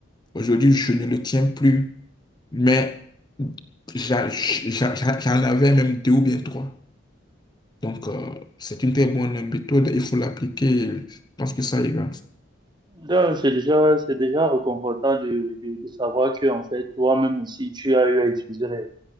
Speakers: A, on the left; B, on the right.
A: aujourd'hui, je ne le tiens plus. Mais j'a- j'a- j'a- j'en avais même deux ou bien trois. Donc, euh, c'est une très bonne méthode. Il faut l'appliquer. Je pense que ça ira.
B: Donc, c'est déjà, c'est déjà réconfortant de, de, de savoir que, en fait, toi-même aussi, tu as eu à utiliser les-